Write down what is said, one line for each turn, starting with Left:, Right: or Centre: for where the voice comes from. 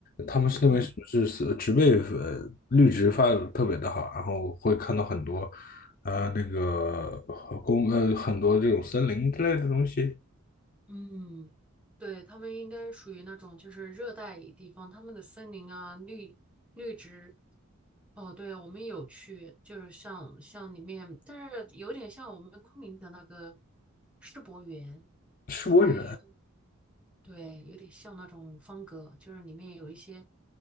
Left: 他们是那边是不是是植被呃绿植发的特别的好，
Centre: 嗯
Left: 然后会看到很多呃那个呃公呃很多这种森林之类的东西。
Centre: 嗯，对，他们应该属于那种就是热带地方，他们的森林啊，绿绿植。哦，对，我们有去，就是像像里面，但是有点像我们昆明的那个世博园，
Left: 世博园
Centre: 所以就对，有点像那种方格，就是里面有一些